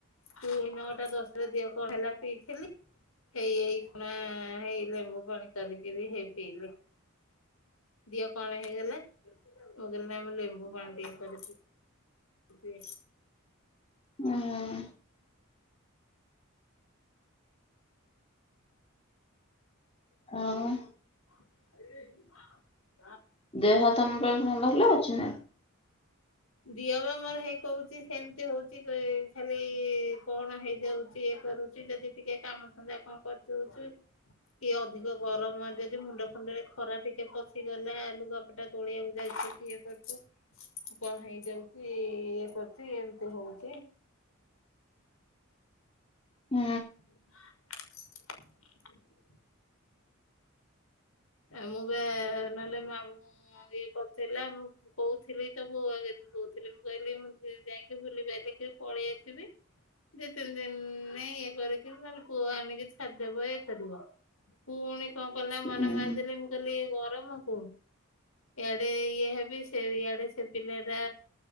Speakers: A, on the left; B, on the left.
A: ପୁଣି ନଅଟା ଦଶଟା ଦିହ କଣ ହେଲା ପିଇଥିଲି ହେଇ ଏଇ ଖୁଣା ହେଇ ଲେମ୍ବୁ ପାଣି କରିକିରି ହେଇ ପିଇଲି। ଦିଅ କଣ ହେଇଗଲେ ମୁଁ କହିଲ ନା ଲେମ୍ବୁ ପାଣି ଟିକେ କରିଥିଲ। ହେ
B: ହୁଁ ହଁ।
A: ଖାଇ ଦାଇଛୁ।
B: ଦେହ ତମର ଏଖୁନା ଭଲ ଅଛି ନାଁ?
A: ଦିହ ବା ମୋର ହେଇ କହୁଛି ସେମିତି ହଉଛି ଖାଲି କଣ ହେଇଯାଉଛି ଇଏ କରୁଛି ଯଦି ଟିକେ କାମ ଧନ୍ଦା କଣ କରିଦଉଚୁ କିଏ ଅଧିକ ଗରମ ଯଦି ମୁଣ୍ଡ ଫୁଣ୍ଡରେ ଖରା ଟିକେ ପଶିଗଲା ଲୁଗା ପଟା ତୋଳିିବାକୁ ଯାଇଛି କି ଇଏ କରୁଛ କଣ ହେଇ ଯାଉଛି ଏ କରଛି ଏମିତି ହଉଛି।
B: ହୁଁ।
A: <unintelligible> ଆ ମୁଁ ବା ମାନେ ମୁ ବି ମୁଁ କହୁଥିଲି ତ ବୋଉ ଆଗାରେ କହୁଥିଲି ମୁଁ କହିଲି ମୁଁ ଯାଇକି ବୁଲି ପାରଲିି କି ପଳେଇ ଆସିବି ଯେ ତିନି ଦିନ ଇଏ କରିକି ନହେଲେ ପୁଅ ଆଣିକି ଛାଡିଦବ କରିବ ପୁଣି କଣ? କଲା ମନ
B: ହୁଁ
A: ମାରିଦେଲି ମୁଁ କହିଲି ଗରମ କୁ ଆଡେ ଇଏ ହେବି ସେ ଇଆଡେ ସେ ପିଲା ଟା